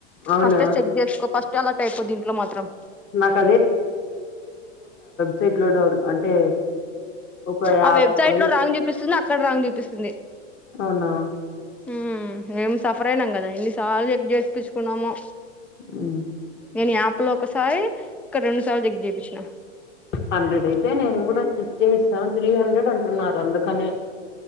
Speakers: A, on the left; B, in the centre.
A: అవునా
B: ఫస్ట్ చెక్ జేస్కో ఫస్ట్ అలర్టయిపొదీంట్లో మాత్రం
A: నాకు సైట్ లో డౌన్ అంటే ఒక యాప్
B: ఆ వెబ్సైట్
A: అదే
B: లో రాంగ్ జూపిస్తుంది అక్కడ రాంగ్ జూపిస్తుంది
A: అవునా
B: ఉమ్ మేం సఫర్ అయినం గదా ఎన్నిసార్లు చెక్ జెక్ చెపిచ్చుకున్నమో
A: ఉమ్.
B: నేను ఎప్లో ఒకసారి ఇక్కడ రెండు సార్లు చెక్ జేపించిన
A: హండ్రెడ్ అయితే నేను గూడా చెక్ చేయిస్తాను త్రీ హండ్రెడ్ అంటున్నారు అందుకనే